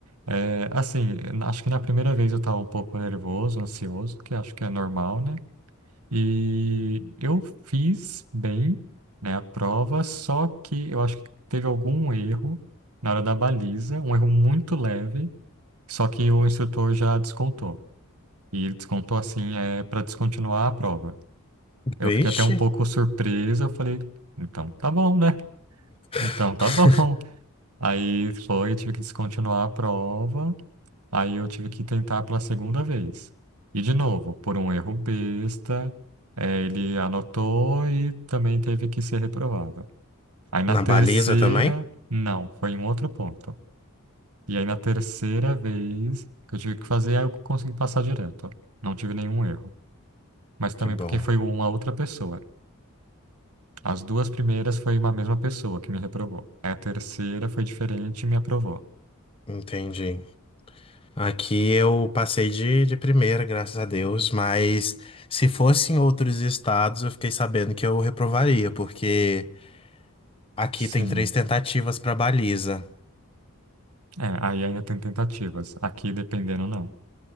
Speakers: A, on the right; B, on the left.
A: É, assim, acho que na primeira vez eu estava um pouco nervoso, ansioso, que acho que é normal, né? E eu fiz bem, né, a prova, só que eu acho que teve algum erro na hora da baliza, um erro muito leve, só que o instrutor já descontou. E ele descontou assim, é para descontinuar a prova. Eu
B: Vixe!
A: fiquei até um pouco surpreso, eu falei, então tá bom, né? Então
B: <laughs>
A: tá <laughs> bom. Aí foi, eu tive que descontinuar a prova, aí eu tive que tentar pela segunda vez. E de novo, por um erro besta, eh, ele anotou e também teve que ser reprovado. Aí na
B: Na
A: terceira,
B: baliza também?
A: não, foi em outro ponto. E aí na terceira vez que eu tive que fazer, aí eu consegui passar direto. Não tive nenhum erro. mas também
B: Que bom,
A: porque foi uma outra pessoa. As duas primeiras foi uma mesma pessoa que me reprovou. a terceira foi diferente e me aprovou.
B: entendi. Aqui eu passei de, de primeira, graças a Deus, mas se fosse em outros estados, eu fiquei sabendo que eu reprovaria, porque aqui
A: Sim.
B: tem três tentativas para baliza.
A: É, aí ainda tem tentativas. Aqui, dependendo, não.